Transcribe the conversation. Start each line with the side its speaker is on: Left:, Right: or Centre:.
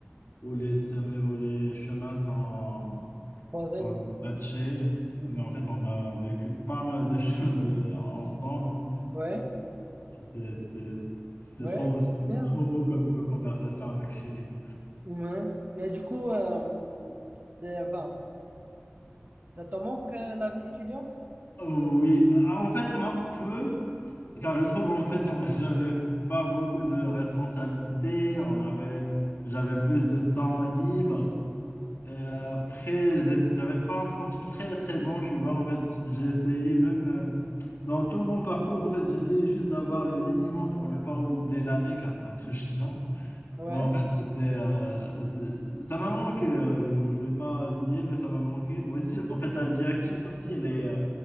Left: où les, se- où les chemins sont,
Right: Croisé.
Left: sont dispatchés.
Right: Mhm.
Left: Mais en fait, on a vécu pas mal de <laughs> choses euh, ensemble.
Right: Ouais.
Left: C'était, c'était, c'était
Right: Ouais,
Left: trop, c'était
Right: super.
Left: trop beau comme, comme conversation avec lui.
Right: Ouais. Et du coup, euh, c'est, enfin, ça te manque euh, la vie étudiante?
Left: Oh oui, Ah, en fait, un peu, car je trouve en fait, on- <laughs> j'avais pas beaucoup de responsabilités, on avait, j'avais plus de temps libre. Et après, j'ai- j'avais pas un profil très très bon, tu vois, en fait, j'ai essayé même euh, dans tout mon parcours, en fait, j'essayais juste d'avoir le minimum pour ne pas redoubler l'année, car c'est un peu <laughs> chiant.
Right: Ouais.
Left: Mais en fait, c'était, euh, c'est- ça m'a manqué, euh, je je vais pas nier, mais ça m'a manqué. Mais aussi, en fait, la vie active aussi, elle est. euh,